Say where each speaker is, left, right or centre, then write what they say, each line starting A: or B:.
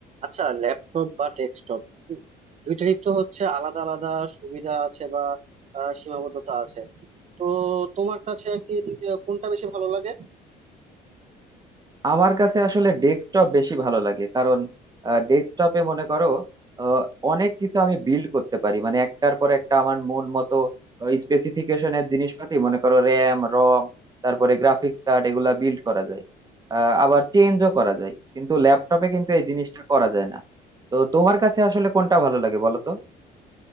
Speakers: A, on the right; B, on the right.
A: আচ্ছা ল্যাপটপ বা ডেস্কটপ দুইটারই তো হচ্ছে আলাদা আলাদা সুবিধা আছে বা আহ, সীমাবদ্ধতা আছে তো তোমার কাছে আর কি আহ, কোনটা বেশি ভালো লাগে
B: আমার কাছে আসলে ডেস্কটপ বেশি ভালো লাগে কারণ ডেস্কটপে মনে করো আহ, অনেক কিছু আমি বিল্ড করতে পারি মানে একটার পর একটা আমার মন মতো স্পেসিফিকেশনের জিনিসপাতি মনে করো র্যাম রম তারপরে গ্রাফিক্স কার্ড এগুলা বিল্ড করা যায় আহ, আবার চেঞ্জও করা যায় কিন্তু ল্যাপটপে কিন্তু এই জিনিসটা করা যায় না তো তোমার কাছে আসলে কোনটা ভালো লাগে বলো তো